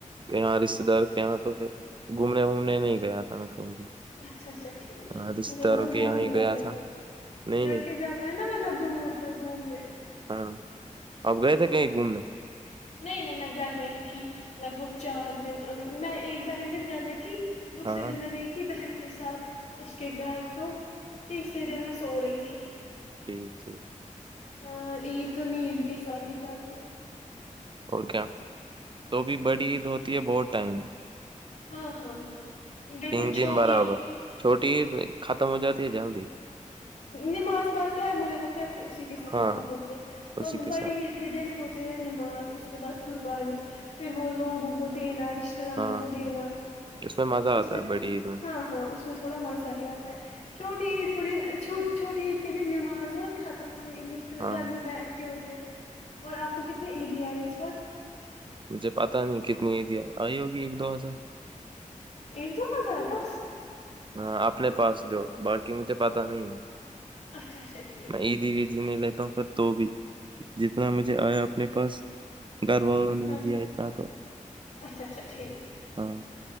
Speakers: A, on the right; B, on the left.
A: یہاں رشتے دار کے یہاں تو پھر گھومنے وومنے نہیں گیا تھا میں کہیں بھی
B: اچھا اچھا ٹھیک
A: ہاں رشتے
B: مجھے
A: داروں
B: نگا
A: کے
B: گھومنے
A: یہاں ہی
B: متن
A: گیا تھا
B: گئے
A: نہیں
B: لڑکے
A: نہیں
B: جاتے ہیں نا ورنہ دور تک گھومنے
A: ہاں آپ گئے تھے کہیں گھومنے
B: نہیں نہیں میں گھر میں ہی تھی لگ بھگ چار دن میں ایک پہلے دن گھر میں تھی دوسرے
A: ہاں
B: دن میں گئی تھی بہن کے کے ساتھ اس کے گھر تو تیسرے دن میں سو رہی تھی
A: ٹھیک ٹھیک
B: ہاں عید تو نیند کے ساتھ ہی جاتی ہے
A: اور کیا تو بھی بڑی عید ہوتی ہے بہت ٹائم
B: ہاں ہاں ہاں لیکن
A: تین
B: چھوٹی
A: تین برابر چھوٹی ختم ہو جاتی ہے جلد ہی
B: نماز پڑھتے ہیں مجھے لگ پھر اسی کے ساتھ
A: ہاں
B: ختم ہوتی ہے
A: اسی
B: اور
A: کے
B: بڑی
A: ساتھ
B: عید کے دن ہوتے ہیں نماز اس کے بعد قربانی پھر وہ لوگوں کو دینا رشتے داروں
A: ہاں
B: کو
A: ہاں
B: دینا
A: اس میں مزہ آتا
B: اس میں
A: ہے بڑی عید میں
B: ہاں ہاں اس میں تھوڑا مزہ ہی آتا ہے چھوٹی عید کوئی چوٹ چوٹٹی عید کیاہ گی نماز اور ختم عید پھر
A: ہاں
B: گھر میں بیٹھ کے ہو اور آپ کو کتنی عیدی آئی اس بار
A: مجھے پتا نہیں کتنی ہی دیا آئی ہوگی ایک دو ہزا
B: ایک دو ہزار دس
A: ہاں اپنے پاس جو باقی مجھے پتا نہیں
B: اچھا اچھا ٹھیک
A: میں اییدھی ودھی نہیں لتا ہ پر تو بھی جتنا مجھے آیا اپنے پاس گھر والوں
B: اتنا
A: نہیں دیا اتنا تو
B: اچھا اچھا ٹھیک
A: ہاں